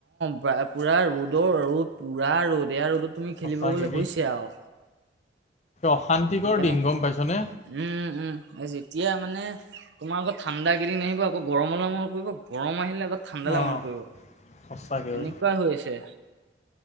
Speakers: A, on the right; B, on the left.
A: প পুৰা ৰ'দৰ ৰ পুৰা ৰ'দ এয়া ৰ'দত তুমি
B: সঁচাকে
A: খেলিব গ'লে
B: দেই
A: হৈছে আৰু
B: অশান্তিকৰ
A: সেইকাৰণে
B: দিন
A: উম
B: গম পাইছনে
A: উম এইজি এতিয়া মানে তোমাৰ আকৌ ঠাণ্ডা কেইদিন আহিব আকৌ গৰমলৈ মনত পৰিব গৰম আহিলে অলপ ঠাণ্ডালৈ
B: অ
A: মনত পৰিব,
B: সঁচাকে
A: তেনেকুৱাই
B: ঐ
A: হৈ আছে।